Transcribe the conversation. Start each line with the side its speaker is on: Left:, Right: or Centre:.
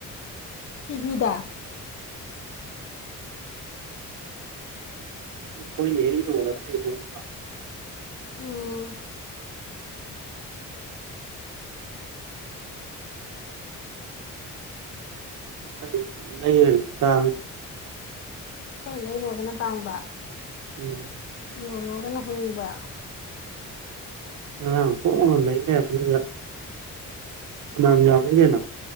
Left: ꯄꯤꯛꯅꯤꯗꯥ
Right: ꯑꯈꯣꯏꯅ ꯍꯦꯛ ꯌꯣꯜꯂꯒꯅ ꯍꯦꯛ ꯍꯣꯡꯉꯤ
Left: ꯑꯥ
Right: ꯑꯈꯣꯏꯅ ꯂꯩꯔꯅꯦ ꯇꯥꯡꯉꯦ
Left: ꯑꯩꯈꯣꯏꯅ ꯂꯩꯔꯨꯔꯒꯅ ꯇꯥꯡꯕ
Right: ꯎꯝ
Left: ꯌꯣꯜꯂꯨꯔꯒꯅ ꯍꯣꯡꯕ
Right: ꯉꯔꯥꯡ ꯍꯣꯡꯉ ꯂꯩ ꯂꯩꯔꯝꯕꯗꯨꯗ ꯐꯅꯥꯝ ꯌꯥꯝꯃꯤꯅꯦ ꯅꯪ